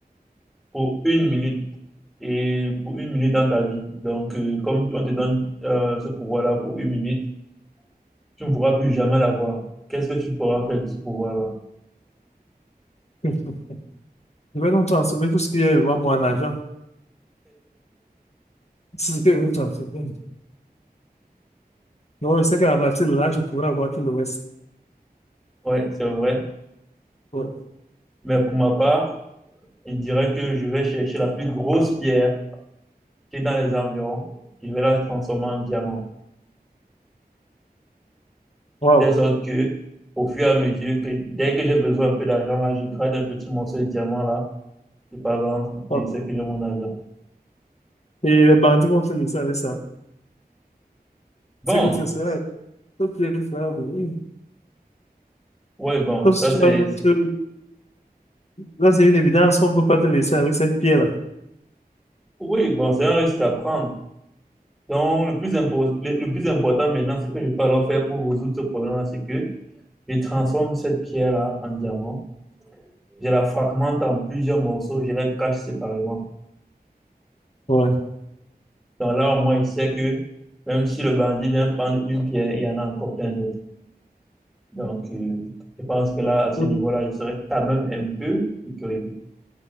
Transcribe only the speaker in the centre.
pour une minute et pour une minute dans ta vie. Donc, euh, comme on te donne euh, ce pouvoir-là pour une minute, tu ne pourras plus jamais l'avoir. Qu'est-ce que tu pourras faire de ce pouvoir-là?
Oui, c'est vrai.
Mais pour ma part, il dirait que je vais chercher la plus grosse pierre qui est dans les environs, je vais la transformer en diamant.
De telle sorte que, au fur et à mesure que, dès que j'ai besoin un peu d'argent, là, je grade un petit morceau de diamant, là, je pas vendre,
et c'est que j'ai mon argent.
Bon,
ouais, bon,
ça
c'est,
oui, bon, c'est un risque à prendre. Donc, le plus, impo- le, le plus important maintenant, c'est que je peux alors faire pour résoudre ce problème-là, c'est que je transforme cette pierre-là en diamant, je la fragmente en plusieurs morceaux, je la cache séparément.
Donc là, au moins, il sait que même si le bandit vient prendre une pierre, il y en a encore plein d'autres. Donc, euh, je pense que là, à ce
niveau-là, il serait quand même un peu sécurisé.